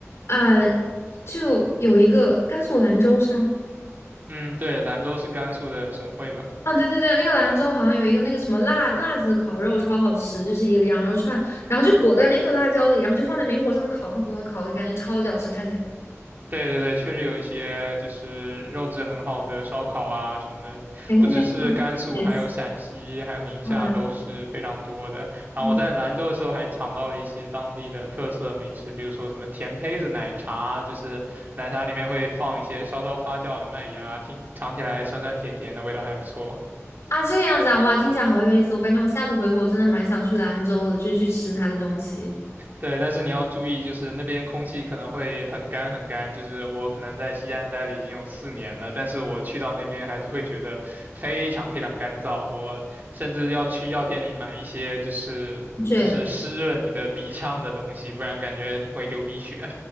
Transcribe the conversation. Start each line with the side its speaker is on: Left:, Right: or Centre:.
Left: 呃，就有一个甘肃兰州是吗？
Right: 嗯，对，兰州是甘肃的省会吧？
Left: 啊，对对对，那个兰州好像有一个那个什么辣辣子烤肉超好吃，就是一个羊肉串，然后就裹在那个辣椒里，然后就放在明火上烤烤烤烤烤，感觉超级好吃，看起来。
Right: 对对对，确实有一些就是肉质很好的烧烤啊什么的，
Left: 哎，
Right: 不只是甘肃，
Left: 那边也是
Right: 还有陕西，还有宁夏都是非常多的。
Left: 啊，
Right: 然后我在兰州的时候还尝到了一些当地的特色美食，
Left: 嗯嗯
Right: 比如说什么甜胚子奶茶，就是奶茶里面会放一些稍稍发酵的麦芽，听尝起来酸酸甜甜的，味道还不错。
Left: 啊，这个样子啊，哇，听起来好有意思，我感觉我下次回国我真的蛮想去兰州的，就是去吃它的东西，
Right: 对，但是你要注意，就是那边空气可能会很干很干。就是我可能在西安待了已经有四年了，但是我去到那边还是会觉得非常非常干燥。我甚至要去药店里买一些就是就是湿润你的鼻腔的东西，
Left: 之类的。
Right: 不然感觉你会流鼻血。